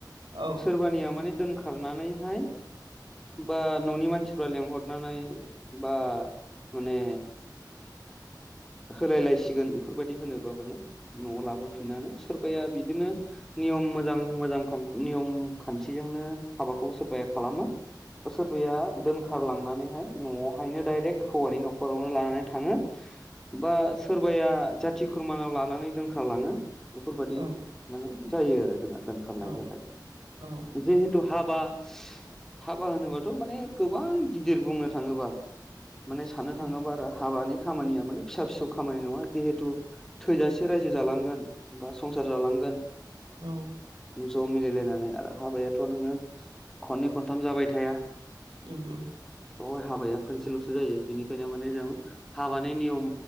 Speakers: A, on the right; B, in the centre.
A: औ
B: सोरबानिया माने दोनख खारनानैहाय बा न'नि मानसिफ्रा लेंंहरनानै बा माने
A: <inaudible>
B: होलायलायसिगोन बेफोरबायदि होनोबा माने न'आव लाबोफिननानै सोरबाया बिदिनो निय मोजां मोजां नियम खान्थिजोंनो हाबाखौ सोरबाया खालामो। बा सोरबाया दोनखारलांनानैहाय न'आवहायनो डाइरेक्ट हौवानि न'खरावनो लानानै थाङो। बा सोरबाया जाथि खुरमानाव लानानै दोनखारलाङो। बेफोरबायदि
A: औ
B: माने जायो आरो जोंना दोनखारनाय
A: औ
B: हाबाया
A: औ
B: जिहेथु हाबा हाबा होनोबाथ' माने गोबां गिदिर बुंनो थाङोबा। माने साननो
A: नों
B: थाङोबा आरो हाबानि खामानिया माने फिसा फिसौ खामानि नङा जिहेथु थैजासे रायजो जालांगोन बा संसार जालांगोन जागोन
A: औ
B: गोजौआव मिलायलायनानै आरो हाबायाथ' नोङो खननै खनथाम जाबाय थाया।
A: नंगौ
B: औ हाबाया खनसेल'सो जायो बेनिखायनो माने जों हाबानि नियम